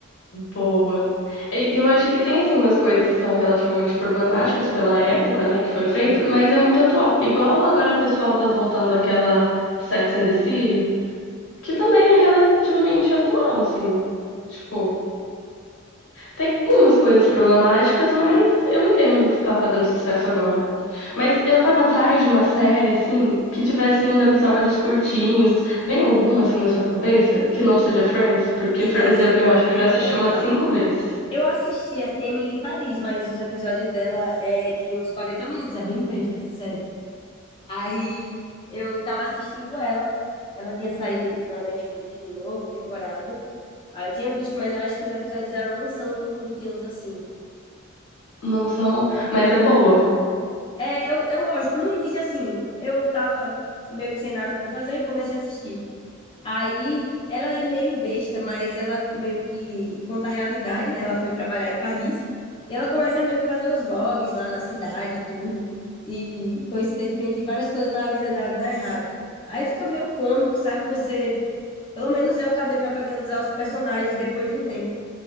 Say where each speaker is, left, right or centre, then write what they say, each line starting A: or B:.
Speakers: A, on the left; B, on the left.
A: Boa. E e eu acho que tem, assim, umas coisas que são relativamente problemáticas pela época, né, que foi feito, mas é muito atual. Igual agora o pessoal tá voltando àquela Sex and the City, que também é relativamente atual, assim. Tipo. Tem umas coisas problemáticas, mas eu entendo tá fazendo sucesso agora. Mas eu tava atrás de uma série, assim, que tivesse uns episódios curtinhos. Vem alguma, assim, na sua cabeça que não seja Friends? Porque
B: Que
A: Friends
B: não seja
A: eu, eu acho
B: frente,
A: que eu já assisti
B: vamos
A: umas
B: lá.
A: cinco vezes.
B: Eu assistia Emily em Paris, mas os episódios dela é de uns 40 minutos, é bem besta essa série. Aí eu tava assistindo ela. Ela tinha saído na Netflix de novo, temporada. Ah, eu tinha visto, mas eu acho que os episódios dela não são tão curtinhos assim.
A: Não são, mas é boa.
B: É, eu, eu gosto. No início, assim, eu tava meio que sem nada pra fazer e comecei a assistir. Aí ela é meio besta, mas ela meio que conta a realidade. Ela foi trabalhar em Paris e ela começa meio que a fazer uns vlogs lá na cidade e tudo. E coincidentemente, várias coisas na vida dela dão errado. Aí fica meio cômico, sabe? Você. Pelo menos eu acabei me apegando aos personagens depois de um tempo.